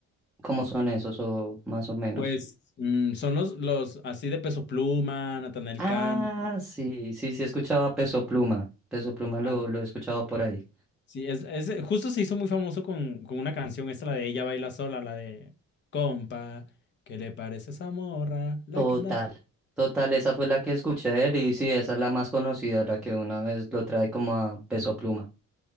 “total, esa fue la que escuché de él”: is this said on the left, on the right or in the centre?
Centre